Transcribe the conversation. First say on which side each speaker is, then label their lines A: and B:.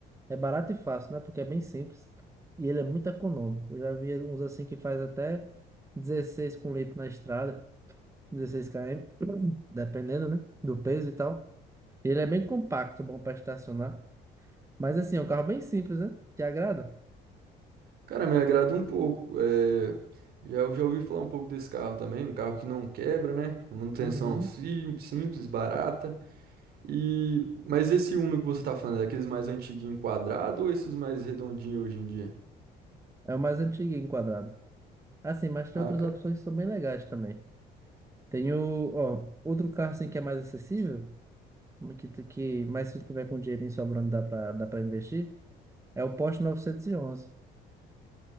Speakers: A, on the right; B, on the right.
A: É barato e fácil, né? Porque é bem simples. E ele é muito econômico. Eu já vi uns assim que faz até 16 com litro na estrada, 16 km, dependendo, né? Do peso e tal. Ele é bem compacto, bom para estacionar. Mas assim, é um carro bem simples, né? Te agrada?
B: Cara, me agrada um pouco. É, já, eu já ouvi falar um pouco desse carro também, um carro que não quebra, né? Uma manutenção
A: Uhum.
B: sim- simples, barata. E mas esse Uno que você tá falando, é aqueles mais antiguinho quadrado ou esses mais redondinhos hoje em dia?
A: É o mais antigo enquadrado. Assim, mas tem
B: Ah,
A: outras
B: cara.
A: opções que são bem legais também. Tem o, ó, outro carro assim que é mais acessível, que, que, mas se tu tiver com dinheirinho sobrando dá para dá para investir, é o Porsche 911.